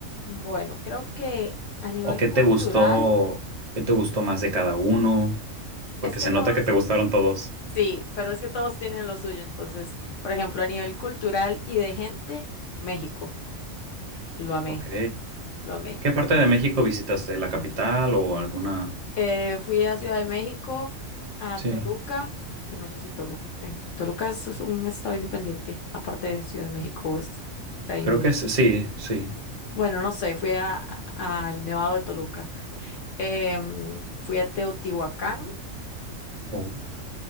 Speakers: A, on the left (about 70°); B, on the right (about 35°).
A: Bueno, creo que a nivel
B: ¿O qué
A: cultural,
B: te gustó? ¿Qué te gustó más de cada uno? Porque
A: es que
B: se
A: todos,
B: nota que te gustaron todos.
A: Sí, pero es que todos tienen lo suyo. Entonces, por ejemplo, a nivel cultural y de gente, México, lo amé,
B: Ok.
A: lo amé.
B: ¿Qué parte de México visitaste? ¿La capital o alguna?
A: Eh, fui a Ciudad de México, a
B: Sí,
A: Toluca, que no sé si Toluca, en Toluca es es un estado independiente, aparte de Ciudad de México, es de ahí
B: creo
A: mismo.
B: que es- sí, sí.
A: Bueno, no sé, fui a, a- al Nevado de Toluca, Em, fui a Teotihuacán
B: Oh.